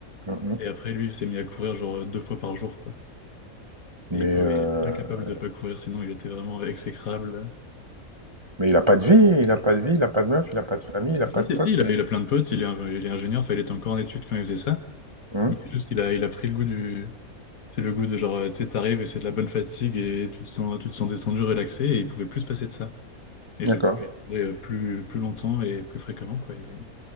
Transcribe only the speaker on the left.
Et après, lui, il s'est mis à courir genre euh, deux fois par jour, quoi.
Et il pouvait,
il était incapable de pas courir, sinon il était vraiment exécrable.
Si,
si,
si, il a,
il a plein de potes, il est, un- il est ingénieur, enfin, il était encore en études quand il faisait ça.
Mais juste, il a, il a pris le goût du. C'est le goût de genre, euh, tu sais, t'arrives et c'est de la bonne fatigue et tu te sens, tu te sens détendu, relaxé et il pouvait plus se passer de ça. Et
du coup, il courait, euh, plus, plus longtemps et plus fréquemment, quoi. et-